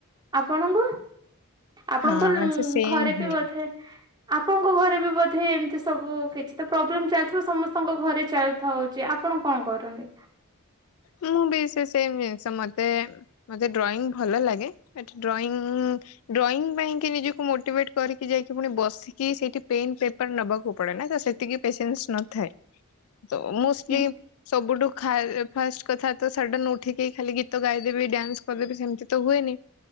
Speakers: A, on the right; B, on the left.
A: ଆପଣଙ୍କୁ। ଆପଣଙ୍କ
B: ହଁ ସେ ସେମ୍
A: ଘରେ
B: ହିଁ
A: ବି ବୋଧେ ଆପଣଙ୍କ ଘରେ ବି ବୋଧେ ଏମିତି ସବୁ କିଛି ତ ପ୍ରୋବ୍ଲେମ ଚାଲିଥିବ ସମସ୍ତଙ୍କ ଘରେ ଚାଲିଥା ହଉଛି ଆପଣ କଣ କରନ୍ତି।
B: ମୁଁ ବି ସେ ସେମ ଜିନିଷ ମତେ ମତେ ଡ୍ରଇଂ ଭଲ ଲାଗେ ବ ଡ୍ରଂ ଡ୍ରଇଂ ପାଇଁକ ନିଜକୁ ମୋଟିଭେଟ କରିକି ଯାଇକି ପୁଣି ବସିକି ସେଇଠି ପେନ ପେପର ନେବାକୁ ପଡେ ନା ତ ସେତିକି ପେସେନ୍ସ ନଥାଏ। ତ ମୋଷ୍ଟଲି
A: ହୁଁ
B: ସବୁଠୁ ଖାଇ ଫାଷ୍ଟ କଥା ତ ସାଢ଼େ ନ ଉଠିକି ଖାଲି ଗୀତ ଗାଇଦେବି ଡ୍ୟାନ୍ସ କରିଦେବି ସେମିତି ତ ହୁଏନି